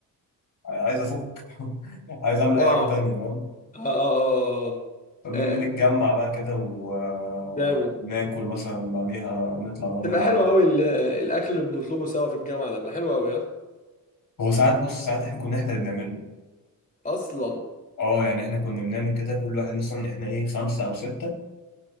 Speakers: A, on the left; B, on the left.
A: عايز افك <laughs> عايز اعمل اي
B: اه
A: حاجه تانية فاهم
B: اه اه اه اه
A: بنتجمع
B: آه، آه،
A: بقى كده وناكل
B: جامد
A: مثلا بعديها نطلع بقى
B: تبقى
A: نلعب
B: حلو أوي ال- الأكل اللي بنطلبه سوا في الجامعة ده بيبقى حلو أوي ها
A: هو ساعات بص ساعات احنا كنا احنا اللي بنعمله
B: أصلا
A: اه يعني احنا كنا بنعمل كده كل واحد مثلا احنا ايه خمسة او ستة